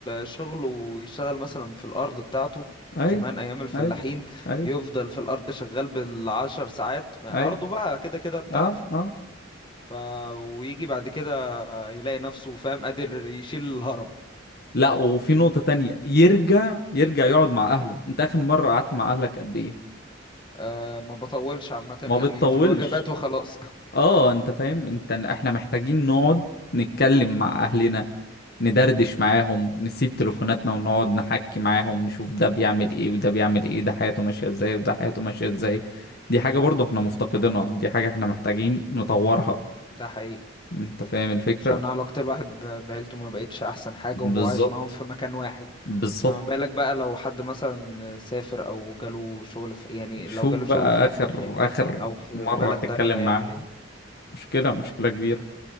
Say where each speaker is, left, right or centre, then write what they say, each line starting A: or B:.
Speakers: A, on the left; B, on the left.
A: شغله ويشتغل مثلا في الأرض بتاعته
B: اي
A: زمان أيام الفلاحين
B: اي اي
A: يفضل في الأرض شغال بالعشر ساعات ما
B: اي
A: أرضه بقى كده كده بتاعته
B: اه اه
A: ف ويجي بعد كده يلاقي نفسه فاهم قادر يشيل الهرم
B: لا وفي نقطة تانية يرجع يرجع يقعد مع اهله انت اخر مرة قعدت مع اهلك قد ايه
A: أه ما بطولش عامة
B: ما
A: يعني
B: بتطولش
A: في الوجبات وخلاص
B: اه انت فاهم انت احنا محتاجين نقعد نتكلم مع اهلنا ندردش معاهم نسيب تليفوناتنا ونقعد نحكي معاهم نشوف ده بيعمل ايه وده بيعمل ايه ده حياته ماشية ازاي وده حياته ماشية ازاي دي حاجة برضو احنا مفتقدينها دي حاجة احنا محتاجين نطورها
A: <laughs> ده حقيقي
B: انت فاهم الفكرة
A: عشان علاقة الواحد ب- بعيلته ما بقتش أحسن حاجة
B: بالظبط
A: وهو عايش معاهم في مكان واحد
B: بالظبط
A: فما بالك بقى لو حد مثلا سافر أو جاله شغل في يعني
B: شوف
A: لو جاله
B: بقى
A: شغل في مكان
B: اخر
A: تاني
B: اخر
A: أو في
B: مرة
A: بلد
B: تتكلم
A: تانية هيعمل
B: معاه
A: ايه
B: مشكلة مشكلة كبيرة